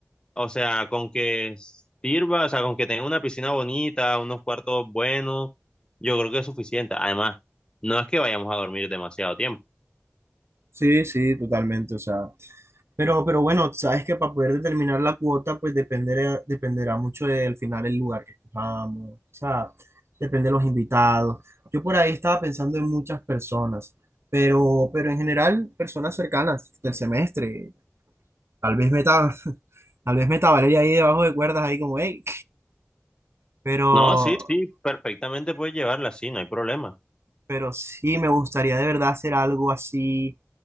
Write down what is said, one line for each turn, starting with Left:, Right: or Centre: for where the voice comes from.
Left: o sea, con que sirva, o sea, con que tenga una piscina bonita, unos cuartos buenos, yo creo que es suficiente. Además, no es que vayamos a dormir demasiado tiempo.
Right: Sí, sí, totalmente. O sea, Pero, pero bueno, sabes que para poder determinar la cuota, pues dependerá, dependerá mucho del final el lugar que escojamos, o sea, depende de los invitados. Yo por ahí estaba pensando en muchas personas, pero, pero en general, personas cercanas del semestre. Tal vez meta, tal vez meta a Valeria ahí debajo de cuerdas, ahí como, hey, pero,
Left: No, sí, sí, perfectamente puedes llevarla, sí, no hay problema.
Right: pero sí me gustaría de verdad hacer algo así,